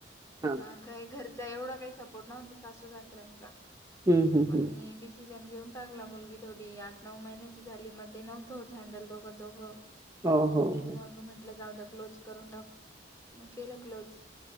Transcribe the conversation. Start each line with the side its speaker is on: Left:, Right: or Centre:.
Right: हा
Left: मग काय घर ऐवडा काय सपोर्ट नव्हता सासु सासऱ्याचा
Right: हम्म हम्म
Left: मग
Right: हम्म
Left: मी बिझी ण घेऊन टाकला मुलगी थोडी आठ नऊ महिन्याची झाली मग ते नव्हतं होत हँडल दोघं दोघं.
Right: हो हो हो
Left: मग म्हंटलं जाऊदया क्लोज करून टाकू म केलं क्लोज.